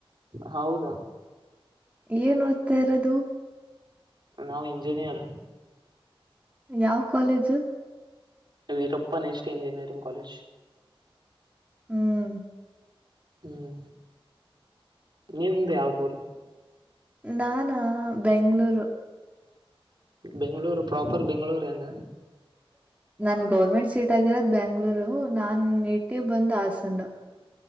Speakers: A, on the right (about 55°); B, on the right (about 15°).
A: ಹೌದಾ.
B: ಏನ್ ಓದ್ತಾ ಇರೋದು?
A: ನಾವು ಇಂಜಿನಿಯರ್.
B: ಯಾವ ಕಾಲೇಜು?
A: ವೀರಪ್ಪನ ಎಸ್ಟಿ ಇಂಜಿನಿಯರಿಂಗ್ ಕಾಲೇಜ್.
B: ಹ್ಮ್.
A: ಹ್ಮ್...... ನಿಮ್ದ ಯಾವ ಊರು.
B: ನಾನಾ..... ಬೆಂಗಳೂರು.
A: ಬೆಂಗ್ಳೂರು ಪ್ರಾಪರ್ ಬೆಂಗ್ಳೂರು ಏನ.
B: ನನ್ ಗೌರ್ಮೆಂಟ್ ಸೀಟ್ ಆಗಿರೋದ್ ಬೆಂಗಳೂರು ನಾನ್ ನೇಟಿವ್ ಬಂದ್ ಹಾಸನ್.